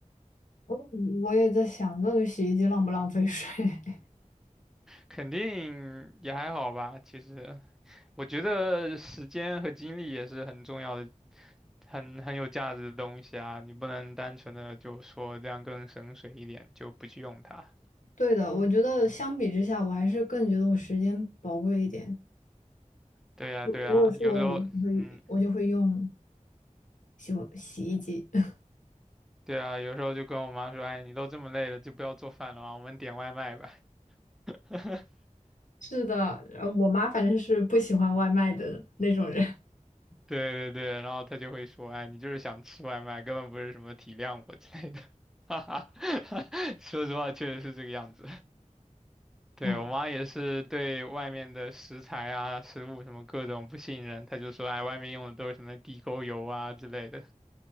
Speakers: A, on the left; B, in the centre.
A: 我我也在想，到底洗衣机浪不浪费水？<laughs>
B: 肯定也还好吧，其实我觉得时间和精力也是很重要的，很很有价值的东西啊。你不能单纯的就说这样更省水一点，就不去用它。
A: 对的，我觉得相比之下，我还是更觉得我时间宝贵一点。
B: 对呀，
A: 如如果是我，
B: 对呀，有时候，
A: 我就会我就会用。
B: 嗯，
A: 洗洗衣机。<laughs>
B: 对啊，有时候就跟我妈说，哎，你都这么累了，就不要做饭了嘛，我们点外卖吧。<laughs>
A: 是的，呃，我妈反正是不喜欢外卖的那种人。<laughs>
B: 对对对，然后他就会说，哎，你就是想吃外卖，根本不是什么体谅我之类的，哈哈，<laughs> 说实话确实是这个样子。对，
A: 哎，
B: 我妈也是对外面的食材啊、食物什么各种不信任，她就说，哎，外面用的都是什么地沟油啊之类的。